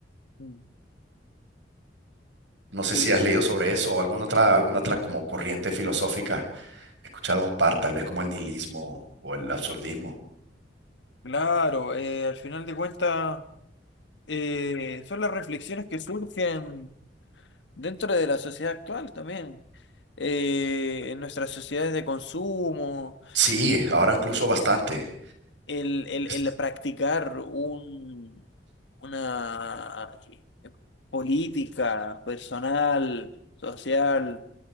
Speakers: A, on the left; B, on the right.
A: mm.
B: No sé
A: Sí,
B: si has leído sobre eso o alguna otra, alguna otra como corriente filosófica. He escuchado un par, tal vez como el nihilismo o el absurdismo.
A: claro, eh, al final de cuentas eh, son las reflexiones que surgen dentro de la sociedad actual también, Eh, en nuestras sociedades de consumo,
B: Sí, ahora incluso bastante.
A: el, el,
B: Es-
A: el practicar un, una eh, política personal, social,